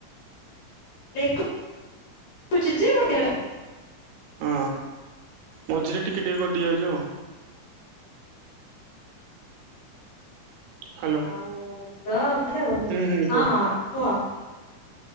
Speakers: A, on the left (about 60°); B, on the right (about 85°).
A: ଦେଖ <unintelligible>
B: ହଁ ମଝିରେ ଟିକେ ଟିକେ ଗଡ଼ି ଯାଉଛି ଆଉ। ହ୍ୟାଲୋ
A: ଆଉ ହଁ।
B: ହୁଁ ହୁଁ
A: ହଁ
B: କୁହ।
A: ହଁ କୁହ?